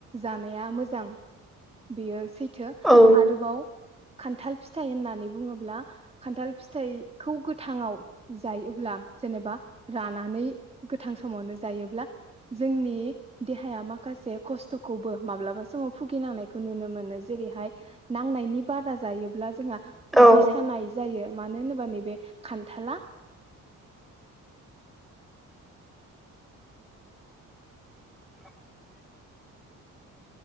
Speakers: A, on the right; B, in the centre.
A: जानाया मोजां। बेयोसैथ थो
B: औ
A: आरोबाव खान्थाल फिथाइ होननानै बुङोब्ला खान्थाल फिथाइखौ गोथाङाव जायोब्ला जेनेबा जानानै गोथां समावनो जायोब्ला जोंनि देहाया माखासे खस्थ'खौबो माब्लाबा समाव भुगिनांनाय खौ नुनो मोनो जेरैहाय नांनायनि बारा जायोब्ला जोंहा। उदै
B: औ
A: सानाय जायो। मानो होनोबा नैबे खान्थाला
B: <inaudible>